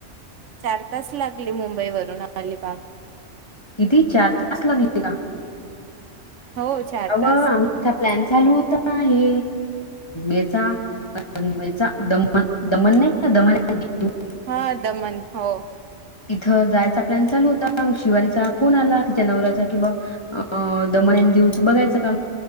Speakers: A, on the right; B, on the left.
A: चार तास लागली मुंबई वरून अलिबाग.
B: कधी चार तास लागले का.
A: हो चार
B: अवं
A: तास
B: आमचा प्लॅन चालू होता हे याचा. दमन दमन नाही दमन. <unintelligible>
A: हा दमन हो.
B: तिथं जायचा प्लॅन चालू होता शिवानीचा फोन आला तिच्या नवऱ्याचा किंवा दम बघाच का